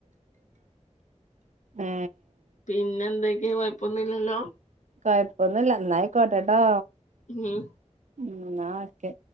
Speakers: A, on the right; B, on the left.
A: ഏ
B: പിന്നെ എന്തൊക്കെ കുഴപ്പൊന്നുല്ലല്ലോ
A: കൊഴപ്പൊന്നുല്ല എന്നായിക്കോട്ടെട്ടോ
B: ഉം, ആഹ്
A: ഉം, ന്നാ ഓക്കെ